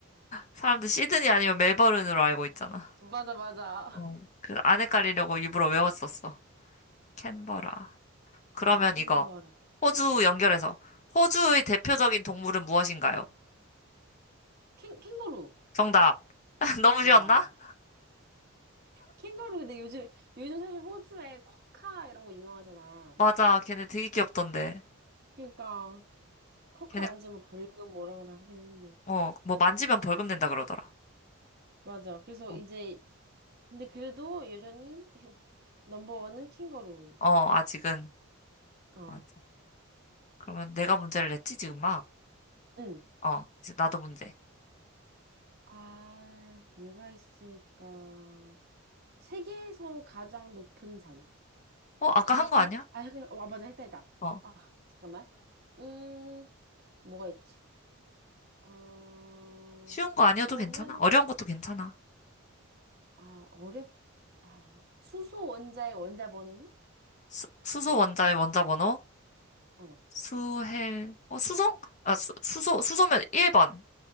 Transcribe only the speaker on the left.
사람들 시드니 아니면 멜버른으로 알고 있잖아
어
그래서 안 헷갈리려고 일부러 외웠었어 캔버라 그러면
이거 호주 연결해서 호주의 대표적인
동물은 무엇인가요?
정답 <laughs> 너무
쉬웠나?
맞아 걔네 되게 귀엽던데
걔네
어 뭐 만지면 벌금 낸다 그러더라
어
어, 아직은
맞아 그러면 내가 문제를 냈지 지금 막
어, 이제 나도 문제.
어, 아까
한
거 아니야?
어,
쉬운 거 아니어도
괜찮아. 어려운 것도 괜찮아.
수, 수소 원자의 원자 번호,
수헬, 어, 수소? 아, 수, 수소, 수소면 1번.